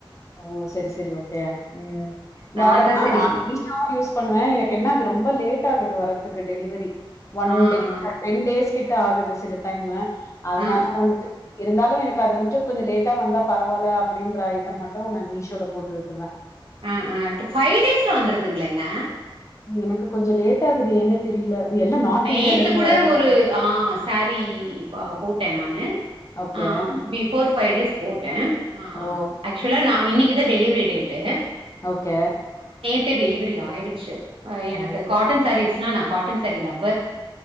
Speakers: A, on the left (about 35°); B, on the right (about 80°).
A: ஓ சரி சரி ஓகே ம்
B: நா
A: வேற
B: தா
A: ஆ
B: சரி
A: நா இன்ஸ்டாவா யூஸ் பண்ணுவே எனக்கு என்ன அது ரொம்ப லேட் ஆகுது வரதுக்கு டெலிவரி ஒன்
B: ஆ
A: டே
B: ஆ
A: டென் டேஸ் கிட்ட ட ஆகுது சில டைம்மு அதனால
B: ஆ
A: வந்துட்டு இருந்தாலு எனக்கு அது வந்துட்டு கொஞ்சோ லேட்டா வந்தா பரவாயில்ல அப்டின்றாய் த்த மட்டு நானு மீஷோல போட்டு விட்டுருவே
B: அ ஆ ஃபைவ் டேஸ்ல வந்துருதுங்களேங்க
A: நீ எனக்கு கொஞ்ச லேட் ஆகுது என்ன தெரியல இது எல்லாம் நார்த்
B: நேத்து
A: இந்தியாலருந்து
B: கூட
A: வரதுனால.
B: ஒரு ஆ சாரி போட்டே நானு
A: ஓகே.
B: ஆ பிஃபோர் ஃபைவ் டேஸ் போட்டே ஆ
A: ஓ!
B: ஆக்சுவலா நா இன்னைக் இத டெலிவரி டேட்டு
A: ஓகே
B: த்த டெலிவரி ஆயிடுச்சு ஆ எனக்கு
A: ஓ!
B: காட்டன் சாரீஸ் ட்டன் நா காட்டன் சாரில அவர்